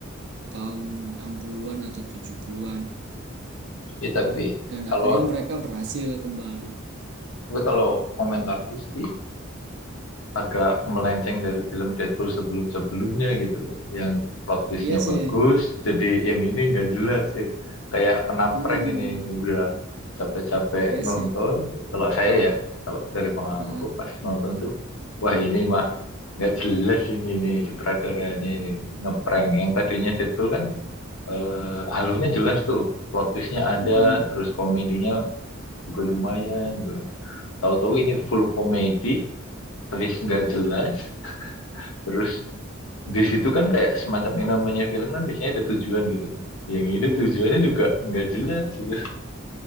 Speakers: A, on the right; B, on the left.
A: tahun 60-an atau 70-an
B: Ya tapi
A: dan
B: kalau
A: akhirnya mereka berhasil kembali.
B: tapi kalau komentarku sih agak melenceng dari film Deadpool sebelum-sebelumnya gitu loh. Yang plot twistnya
A: Iya
B: bagus,
A: sih.
B: jadi yang ini nggak jelas sih. Kayak kena
A: Mm-mm.
B: prank ini udah capek-capek
A: Iya
B: nonton.
A: sih.
B: Kalau saya ya, kalau dari pengalamanku
A: Heeh.
B: pas nonton tuh, wah ini mah nggak jelas ini ini sutradaranya ini ngeprank. Yang tadinya Deadpool kan eh, alurnya jelas tuh, plot twistnya ada,
A: Mm-mm.
B: terus komedinya juga lumayan gitu kan. Tahu-tahu ini full komedi, twist nggak jelas, terus di situ kan kayak semacam yang namanya film kan biasanya ada tujuan gitu kan. Yang ini
A: Mm-mm.
B: tujuannya juga nggak jelas gitu.